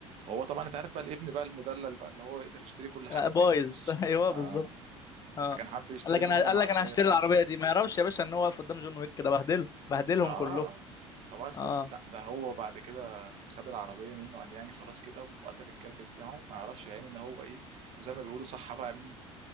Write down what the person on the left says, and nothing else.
لا، بايظ
<laughs> ايوه
بالظبط اه
قال لك
انا قال
لك انا هشتري
العربيه دي ما يعرفش يا باشا ان هو واقف قدام جون ويك ده بهدله بهدلهم
كلهم
اه